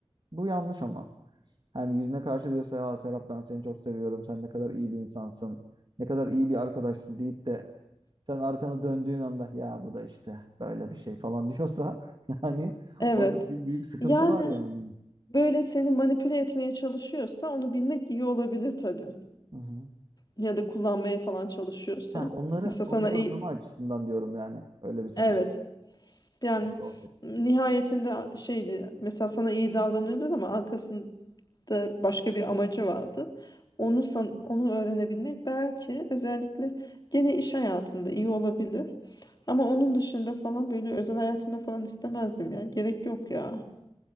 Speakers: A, on the right; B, on the left.
A: bu yanlış ama. Hani yüzüne karşı diyorsa ya Serap ben seni çok seviyorum. Sen ne kadar iyi bir insansın. Ne kadar iyi bir arkadaşsın deyip de sen arkanı döndüğün anda ya bu da işte böyle bir şey falan diyorsa <laughs> yani
B: Evet.
A: orada bir büyük sıkıntı
B: Yani
A: var yani.
B: böyle seni manipüle etmeye çalışıyorsa onu bilmek iyi olabilir tabii.
A: Hı hı.
B: Ya da kullanmaya falan çalışıyorsa.
A: Ha, onları
B: Mesela
A: onları
B: sana iyi...
A: anlama açısından diyorum yani. Öyle bir senaryo
B: Evet. Yani
A: nasıl olacak?
B: nihayetinde şeydi. Mesela sana iyi davranıyordu ama arkasın da başka bir amacı vardı. Onu san- onu öğrenebilmek belki özellikle gene iş hayatında iyi olabilir. Ama onun dışında falan böyle özel hayatımda falan istemezdim ya. Gerek yok ya.